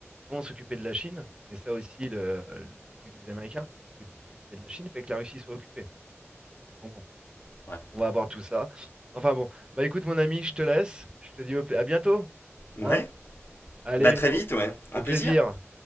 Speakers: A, on the right; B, on the left.
A: vont s'occuper de la Chine. C'est ça aussi le, le petit truc des Américains. C'est que pour s'occuper de la Chine, il fait que la Russie soit occupée. Donc bon,
B: Ouais.
A: on va avoir tout ça. Enfin bon, bah écoute mon ami, je te laisse. Je te dis au pla- à bientôt.
B: Ouais.
A: Hein? Allez,
B: Bah très
A: au
B: vite, ouais.
A: au
B: Un plaisir.
A: plaisir.